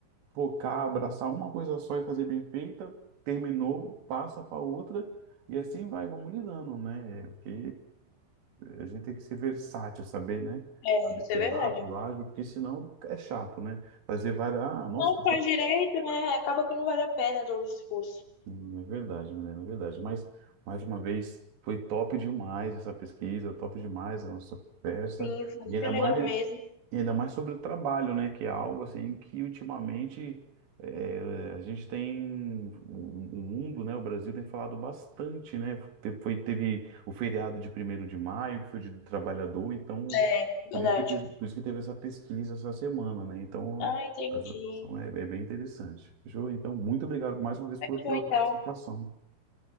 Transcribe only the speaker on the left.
É,
isso
é verdade.
Não faz direito, né? Acaba que não vale a pena todo o esforço.
Sim, foi muito
legal mesmo.
É,
verdade.
Ah, entendi.
Bom,
então,